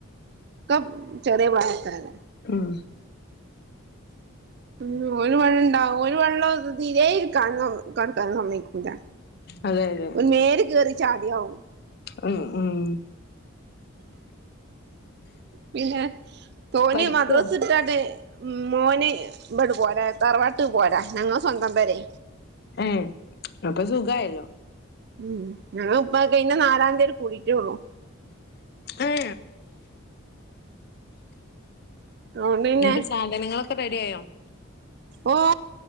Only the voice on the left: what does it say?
ഉം
അതെ അതെ
ഉം- ഉം
പഠിക്കുവാ
ഏ അപ്പൊ സുഖായല്ലോ
ഏ
എന്നിട്ട് സാധനങ്ങളൊക്കെ റെഡിയായോ